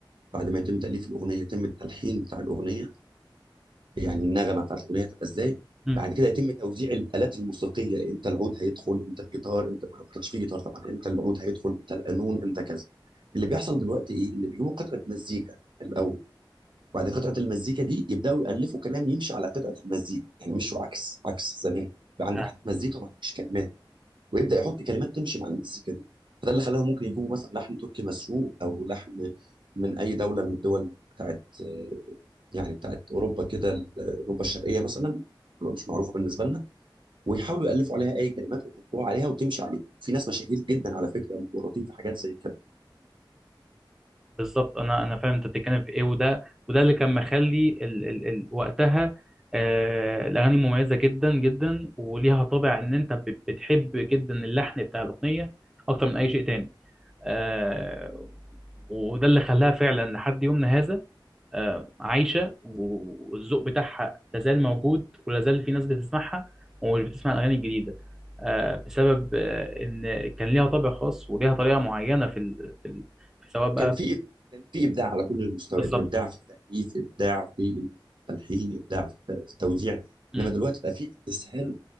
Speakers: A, on the right; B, in the centre.
A: بعد ما يتم تاليف الاغنيه يتم التلحين بتاع الاغنيه يعني النغمه بتاعت الاغنيه هتبقى ازاي
B: مم.
A: بعد كده يتم توزيع الالات الموسيقيه امتى العود هيدخل امتى الجيتار امتى ما كانش فيه جيتار طبعا امتى العود هيدخل امتى القانون امتى كذا اللي بيحصل دلوقتي ايه اللي بيجيبوا قطعه مزيكا الاول وبعد قطعه المزيكا دي يبداوا يالفوا كلام يمشي على قطعه المزيكا يعني مش عكس عكس زمان بقى عندك
B: آه،
A: حته مزيكا وما عندكش كلمات ويبدا يحط كلمات تمشي مع المزيكا دي فده اللي خلاهم ممكن يجيبوا مثلا لحن تركي مسروق او لحن من اي دوله من الدول بتاعت آه، يعني بتاعت اوروبا كده ال- اوروبا الشرقيه مثلا بتبقى مش معروفه بالنسبه لنا ويحاولوا يالفوا عليها اي كلمات ويحطوها عليها وتمشي عليها في ناس مشاهير جدا على فكره متورطين في حاجات زي كده
B: بالظبط أنا أنا فاهم أنت بتتكلم في إيه وده وده اللي كان مخلي ال... ال... ال... وقتها آه... الأغاني مميزة جدا جدا وليها طابع إن أنت ب... بتحب جدا اللحن بتاع الأغنية أكتر من أي شيء تاني آه... وده اللي خلاها فعلا لحد يومنا هذا آه، عايشه والذوق بتاعها لازال موجود ولازال في ناس بتسمعها ومش بتسمع الاغاني الجديده آه، بسبب آه، ان كان ليها طابع خاص وليها طريقه معينه في ال... في ال... في سواء بقى
A: كان في كان في ابداع على كل المستويات
B: بالظبط
A: ابداع في التاليف ابداع في التلحين ابداع في الت- في التوزيع
B: مم.
A: انما دلوقتي بقى في استسهال